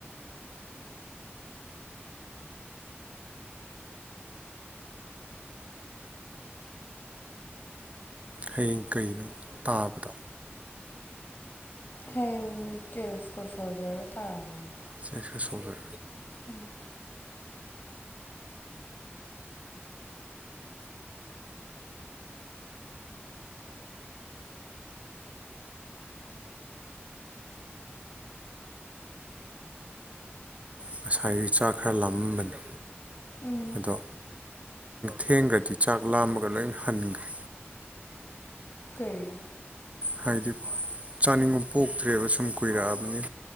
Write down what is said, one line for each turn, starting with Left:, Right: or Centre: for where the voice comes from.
Right: ꯍꯌꯦꯡ ꯀꯩꯅꯣ ꯇꯥꯕꯗꯣ
Left: ꯍꯌꯦꯡ ꯇꯦꯁꯀ ꯁꯣꯖꯔꯒ ꯇꯥꯔꯝꯒꯅꯤ
Right: ꯁꯤ ꯁꯁꯣꯈ꯭ꯔ
Left: ꯎꯝ
Right: ꯉꯁꯥꯏꯒꯤ ꯆꯥꯛ ꯈꯔ ꯂꯥꯝꯃꯝꯕꯅꯤ
Left: ꯎꯝ
Right: ꯑꯗꯣ ꯊꯦꯡꯈ꯭ꯔꯗꯤ ꯆꯥꯛ ꯂꯥꯝꯃꯒ ꯂꯣꯏꯅ ꯍꯟꯈ꯭ꯔꯦ
Left: ꯀꯩ
Right: ꯍꯥꯏꯗꯤ ꯆꯥꯅꯤꯡꯕ ꯄꯣꯛꯇ꯭ꯔꯦꯕ ꯁꯨꯝ ꯀꯨꯏꯔꯛꯑꯕꯅꯤ